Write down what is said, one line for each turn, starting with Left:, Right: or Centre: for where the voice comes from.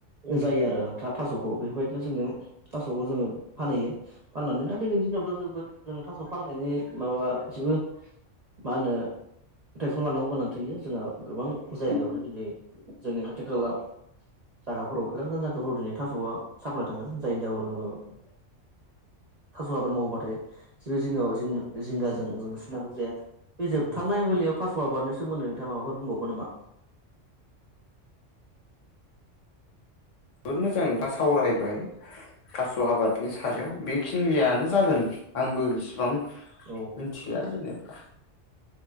Right: जायो आरो दा थास'खौ बेफोरबायदिनो जोङो थास'खौ जोङो फानहैयो। फाननानै दा दिनैनि दिनावथ' जोबोद जों थास' फाननायनि माबा एसेबो मा होनो प्रटेकसन लानांगौ गोनांथि होयो जोंहा गोबां जायगायावनो दिनै जोंनि खाथि खाला जागाफोराव गोजान गोजान जागाफोराव दिनै थास'आ साप्लाय थाङो जायनि जाहोनाव जोङो थास' आबाद मावोब्लाथाय जेबो जिगा-जिंगाजों सिनांगौ जाया बे जोबथारनाय
Left: उम
Right: बेलायाव थास' आबादनि सोमोन्दै नोंथाङा माबाफोर बुंबावगोन नामा?
Left: जोबोद मोजां दा सावरायबाय थास' आबादनि सायाव बेखिनियानो जागोन। आंबो इसिबां मिथिया
Right: औ
Left: जेनेबा